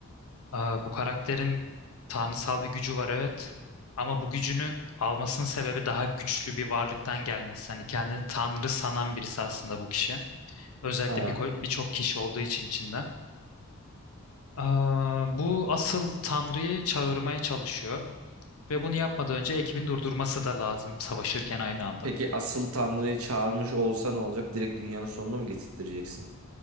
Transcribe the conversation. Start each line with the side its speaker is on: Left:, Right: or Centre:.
Left: e, bu karakterin tanrısal bir gücü var evet. Ama bu gücünü almasının sebebi daha güçlü bir varlıktan gelmesi. Hani kendini tanrı sanan birisi aslında bu kişi. Özellikle
Right: Ha.
Left: bir ko- birçok kişi olduğu için içinde. E, bu asıl tanrıyı çağırmaya çalışıyor. Ve bunu yapmadan önce ekibin durdurması da lazım savaşırken aynı anda.
Right: Peki asıl Tanrı'yı çağırmış olsa ne olacak? Direkt dünyanın sonunu mu getirttireceksin?